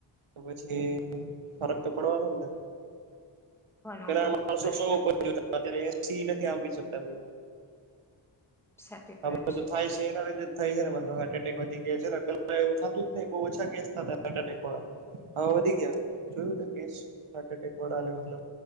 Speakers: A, on the right (about 75°); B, in the centre.
A: તો પછી ફરક તો પડવાનો ને
B: કોનો
A: પેલા
B: ઉપર
A: માણસો
B: પડે
A: સો
B: છે
A: <unintelligible> અત્યારે એસી નથી આપી શકતા કોઈ
B: સાચી
A: આ
B: વાત
A: બધું થાય છે એના રીતે થાય છેને મતલબ હાર્ટ એટેક વધી ગયા છે ને એવું થતું જ ને બહુ ઓછા કેસ થતા હાર્ટ એટેક વાળા અવ વધી ગયા જોયું તું કેસ હાર્ટ એટેક વાળાને મતલબ